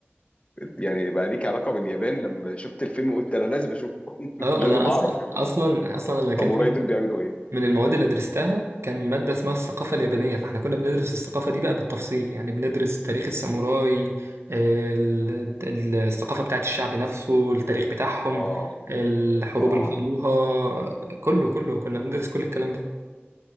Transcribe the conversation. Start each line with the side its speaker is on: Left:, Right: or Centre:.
Left: يعني بقى ليك علاقه باليابان لما شفت الفيلم قلت انا لازم اشوفه <laughs>
Right: اه
Left: لازم
Right: انا
Left: اعرف
Right: اصلا اصلا اصلا انا
Left: الساموراي
Right: كان في
Left: دول بيعملوا ايه
Right: من المواد اللي درستها كان مادة اسمها الثقافة اليابانية فاحنا كنا بندرس الثقافة دي بقى بالتفصيل يعني بندرس تاريخ الساموراي ال- ال- الثقافة بتاعت الشعب نفسه التاريخ بتاعهم
Left: اه
Right: الحروب
Left: اه
Right: اللي خدوها كله كله كنا بندرس كل الكلام ده